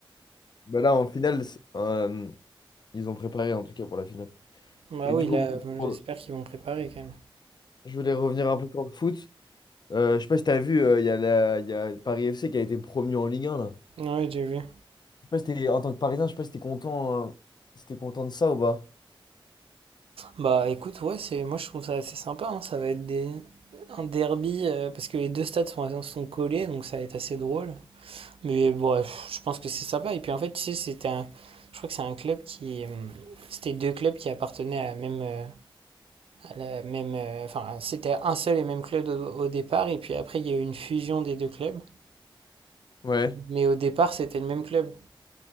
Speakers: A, on the left; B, on the right.
A: Bah là, en finale, c'est- euh, ils ont préparé en tout cas pour la finale.
B: Bah
A: Et
B: oui,
A: du coup,
B: là,
A: bon,
B: bon,
A: pour-
B: j'espère qu'ils vont préparer quand
A: je voulais revenir un peu sur le foot. Euh, je sais pas si t'as vu, euh, il y a la, il y a Paris FC qui a été promu en Ligue 1, là.
B: même. Ouais, j'ai vu.
A: sais pas si t'es- en tant que Parisien, je sais pas si t'es content, euh, si t'es content de ça ou pas.
B: Bah écoute, ouais, c'est, moi je trouve ça assez sympa, hein. Ça va être des, un derby, euh, parce que les deux stades sont, sont collés, donc ça va être assez drôle. Mais bref, je pense que c'est sympa. Et puis en fait, tu sais, c'était un, je crois que c'est un club qui, euh, c'était deux clubs qui appartenaient à la même, euh, la même, euh, enfin, c'était un seul et même club au, au départ, et puis après, il y a eu une fusion des deux clubs.
A: Ouais,
B: Mais au départ, c'était le même club.